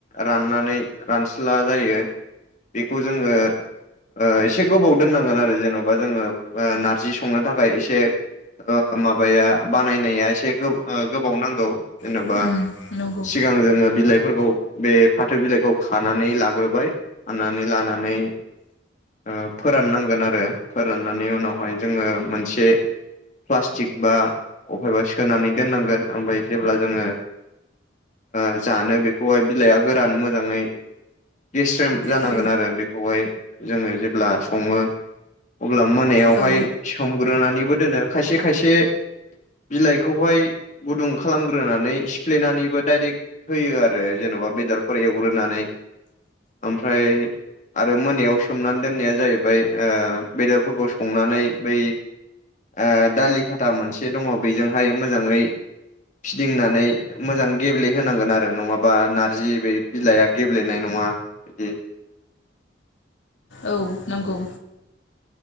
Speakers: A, on the left; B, on the left.
A: राननानै रानस्ला जायो बेखौ जोङो आ एसे गोबाव दोननांगोन आरो जेनबा जोङो आ नारजि संनो थाखाय एसे माबाया बानायनाया एसे गोबाव नांगौ जेनेबा
B: उम नंगौ
A: सिगां जोङो बिलाइफोरखौ बे फाथो बिलाइखौ खानानै लाग्रोबाय खानानै लाना नै ओ फोराननांगोन आरो फोराननानै उनावहाय जोङो मोनसे प्लास्टिक बा अफायबा सोनानै दोननांगोन ओमफ्राय जेब्ला जोङो ओ जानो बेखौहाय बिलाइआ गोरान मोजाङै गेस्रेम जानांगोन
B: औ
A: आरो बेखौहाय जोङो जेब्ला सङो। अब्ला मोनायावहाय
B: औ
A: सोमग्रोनानैबो दोनो खायसे खायसे बिलाइखौहाय गुदुं खालामग्रोनानै सिफ्लेनानैबो डायरेक्ट होयो आरो जेनबा बेदरफोर एवग्रोनानै ओमफ्राय आरो मोनायाव सोम सोमनानै दोननाया जाहैबाय ओ बेदरफोरखौ संनानै बै आ दालि खाथा मोनसे दङ बिजोंहाय मोजाङै फिदिंनानै मोजां गेब्लेहोनांगोन आरो नङाबा नारजि बे बिलाइआ गेब्लेनाय नङा। बिदि
B: औ नंगौ